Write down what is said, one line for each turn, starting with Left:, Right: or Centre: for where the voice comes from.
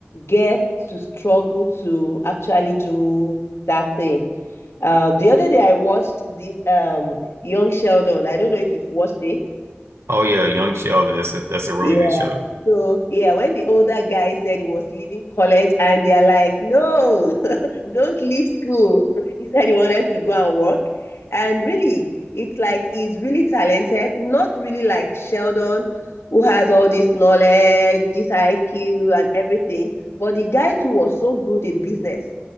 Left: get to struggle to actually do that thing. Uh, the other day, I watched this um, Young Sheldon. I don't know if you've watched it.
Right: Oh yeah, Young Sheldon. That's a that's a really
Left: He
Right: good show.
Left: so yeah, when the older guy said he was leaving college, and they're like, "No, <laughs> don't leave school," <laughs> he said he wanted to go and work, and really, it's like he's really talented, not really like Sheldon, who has all this knowledge, this IQ, and everything. But the guy too was so good in business,